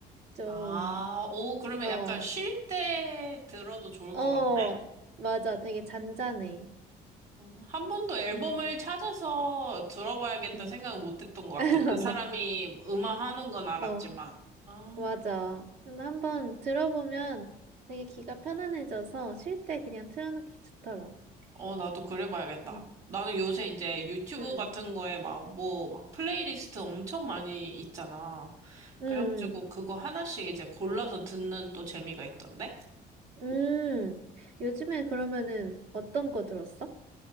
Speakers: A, on the right (about 80°); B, on the right (about 45°).
A: 좀,
B: 아, 오, 그러면
A: 어,
B: 약간 쉴 때 들어도 좋을
A: 어,
B: 것 같네.
A: 맞아. 되게 잔잔해.
B: 어, 한 번도 앨범을
A: 응,
B: 찾아서 들어봐야겠다
A: 응.
B: 생각은 못 했던 것
A: <laughs>
B: 같아. 그 사람이 음악 하는 건 알았지만.
A: 어,
B: 아.
A: 맞아. 근데 한번 들어보면 되게 귀가 편안해져서 쉴 때 그냥 틀어놓기 좋더라.
B: 어, 나도 그래 봐야겠다.
A: 응,
B: 나는 요새 이제 유튜브
A: 응.
B: 같은 거에 막 뭐, 막 플레이리스트 엄청 많이 있잖아.
A: 음,
B: 그래가지고 그거 하나씩 이제 골라서 듣는 또 재미가 있던데?
A: 음. 요즘에 그러면은 어떤 거 들었어?